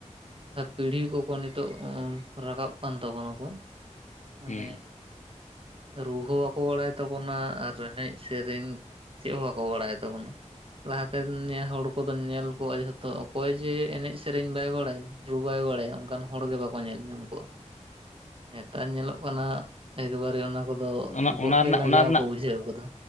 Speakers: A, on the right; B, on the left.
A: ᱡᱟᱦᱟᱸ ᱯᱤᱲᱦᱤ ᱠᱚᱠᱚ ᱱᱤᱛᱚᱜ ᱨᱟᱠᱟᱵ ᱠᱟᱱ ᱛᱟᱵᱚᱱᱟ ᱠᱚ ᱢᱟᱱᱮ-
B: ᱦᱩᱸ
A: ᱨᱩ ᱦᱚᱸ ᱵᱟᱠᱚ ᱵᱟᱲᱟᱭ ᱛᱟᱵᱚᱱᱟ ᱮᱱᱮᱡ ᱥᱮᱨᱮᱧ ᱪᱮᱫ ᱦᱚᱸ ᱵᱟᱠᱚ ᱵᱟᱲᱟᱭ ᱛᱟᱵᱚᱱᱟ ᱞᱟᱦᱟᱛᱮ ᱱᱮ ᱦᱚᱲ ᱠᱚᱫᱚ ᱧᱮᱞ ᱠᱚᱜᱼᱟ ᱡᱷᱚᱛᱚ᱾ ᱚᱠᱚᱭ ᱡᱮ ᱮᱱᱮᱡ ᱥᱮᱨᱮᱧ ᱵᱟᱭ ᱵᱟᱲᱟᱭᱟ ᱨᱩ ᱵᱟᱭ ᱵᱟᱲᱟᱭᱟ ᱚᱱᱠᱟᱱ ᱦᱚᱲᱜ ᱵᱟᱠᱚ ᱧᱮᱞ ᱧᱟᱢ ᱠᱚᱜᱣᱟ᱾ ᱱᱮᱛᱟᱨ ᱧᱮᱞᱚᱜ ᱠᱟᱱᱟ ᱮᱠᱵᱟᱨᱮ ᱚᱱᱟ- ᱫᱚ
B: ᱚᱱᱟ
A: ᱜᱚᱜ
B: ᱚᱱᱟ
A: ᱜᱮ
B: ᱨᱮᱱᱟᱜ
A: ᱞᱟᱡᱟᱣ
B: ᱚᱱᱟ ᱨᱮᱱᱟᱜ
A: ᱠᱚ ᱵᱩᱡᱷᱟᱹᱣ ᱠᱟᱫᱟ